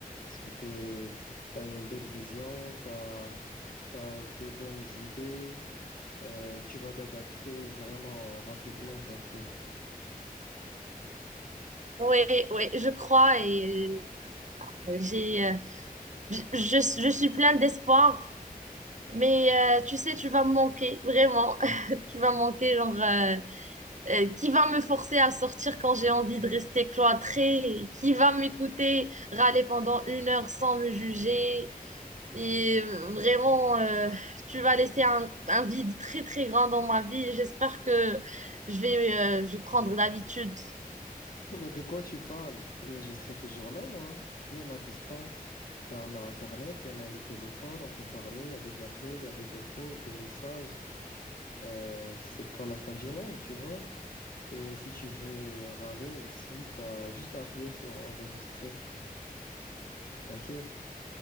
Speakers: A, on the left (about 65°); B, on the right (about 50°).
A: Parce que t'es, t'as une belle vision, t'as, t'as de bonnes idées, euh, tu vas t'adapter vraiment rapidement, t'inquiète.
B: Oui, oui, je crois et euh, j'ai, euh, je, je- je suis pleine d'espoir. Mais euh, tu sais, tu vas me manquer, vraiment. <laughs> Tu vas me manquer, genre, euh, euh, qui va me forcer à sortir quand j'ai envie de rester cloîtrée? Qui va m'écouter râler pendant une heure sans me juger? Et vraiment, euh, tu vas laisser un, un vide très très grand dans ma vie. J'espère que je vais, euh, je vais prendre l'habitude. <laughs>
A: <laughs> Mais de quoi tu parles? Mais je serai toujours là, moi. Même à distance, ben, on a Internet, on a les téléphones, on peut parler, il y a des appels, il y a des vocaux, des messages. Euh, c'est pas la fin du monde, tu vois. Et si tu veux râler aussi, t'as juste à appuyer sur enregistrer, t'inquiète.